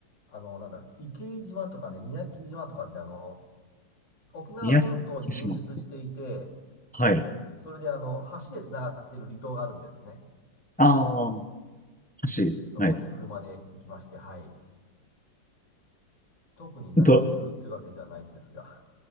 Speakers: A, on the left (about 60°); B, in the centre.
A: あの、なんだ、池井島とかね、宮城島とかって、あの、沖縄本島に隣接していて、
B: 宮城島。はい。
A: それで、あの、橋で繋がっている離島があるんですね。
B: ああ、橋。
A: そこに車で行きまして、
B: はい。
A: はい。特に何をするというわけじゃないんですが。
B: ド、